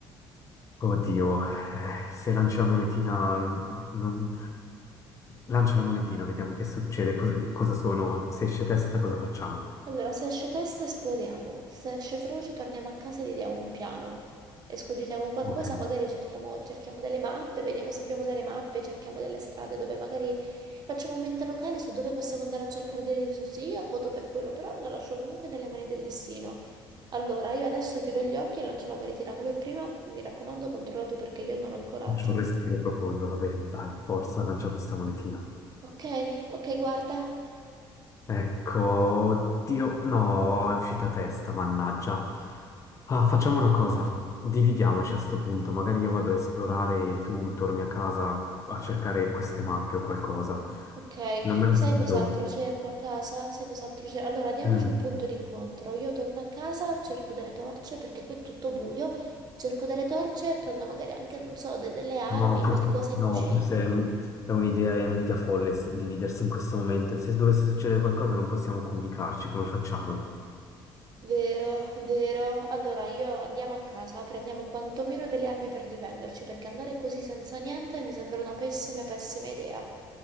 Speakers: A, on the left; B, on the right.
A: Oddio, eh, se lancia la monetina, l- non... lancia la monetina, vediamo che succede, cos- cosa sono, se esce testa cosa facciamo?
B: Allora, se esce testa esploriamo, se esce croce torniamo a casa e gli diamo un piano. E scogitiamo un qualcosa,
A: Ok,
B: magari cerchiamo, cerchiamo delle mappe, vediamo se abbiamo delle mappe, cerchiamo delle strade dove magari facciamo un mente locale su dove possiamo andare a cercare delle risorse. Io voto per quello, però lo lascio comunque nelle mani del destino. Allora, io adesso chiudo gli occhi e lancio la monetina come prima. Mi raccomando, controlla tu perché io non ho il coraggio.
A: faccio un respiro profondo, va bene, dai, forza, lancia questa monetina.
B: Ok, ok, guarda.
A: Ecco, oddio, no, è uscita testa, mannaggia. Ah, facciamo una cosa, dividiamoci a sto punto, magari io vado a esplorare e tu torni a casa a cercare queste mappe o qualcosa.
B: Ok,
A: Non me
B: sai
A: la sento.
B: cos'altro cerco a casa? Sai cos'altro cerco? Allora, diamoci
A: Mm.
B: un punto d'incontro. Io torno a casa, cerco delle torce perché qui è tutto buio. Cerco delle torce e prendo magari anche, non so, de- delle armi,
A: No, forse,
B: qualcosa
A: no,
B: in cucina.
A: forse è un- è un'idea, è un'idea folle sì, dividersi in questo momento. E se dovesse succedere qualcosa non possiamo comunicarci, come facciamo?
B: Vero, vero. Allora, io andiamo a casa, prendiamo quantomeno delle armi per difenderci, perché andare così senza niente mi sembra una pessima, pessima idea.